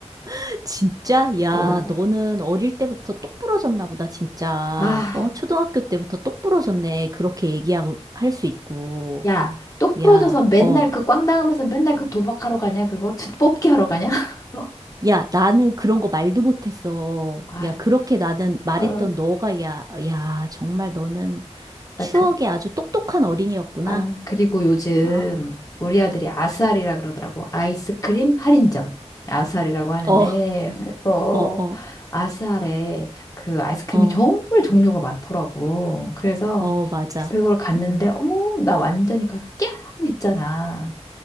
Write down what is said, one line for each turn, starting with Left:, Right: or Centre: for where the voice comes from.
Right: <laughs> 진짜? 야,
Left: 어.
Right: 너는 어릴 때부터 똑부러졌나 보다, 진짜.
Left: 아,
Right: 어, 초등학교 때부터 똑부러졌네. 그렇게 얘기하고, 할 수 있고.
Left: 야, 똑 부러져서
Right: 야,
Left: 맨날
Right: 어.
Left: 그 꽝 당하면서 맨날 그 도박하러 가냐? 그거 <laughs> 뽑기 하러 가냐? <laughs>
Right: 야, 나는 그런 거 말도 못했어.
Left: 아휴,
Right: 야, 그렇게 나는 말했던
Left: 어.
Right: 너가, 야, 야, 정말 너는
Left: 나
Right: 추억에
Left: 그,
Right: 아주 똑똑한 어린이였구나.
Left: 아, 그리고 요즘
Right: 아,
Left: 우리 아들이 아스알이라 그러더라고. 아이스크림 할인점. 아스알이라고 하는데,
Right: 어,
Left: 그거,
Right: 어, 어,
Left: 아스알에 그 아이스크림이
Right: 어,
Left: 정말 종류가 많더라고. 그래서
Right: 어, 맞아.
Left: 그걸 갔는데,
Right: 음,
Left: 어머, 나 완전히 가서 꺄! 했잖아.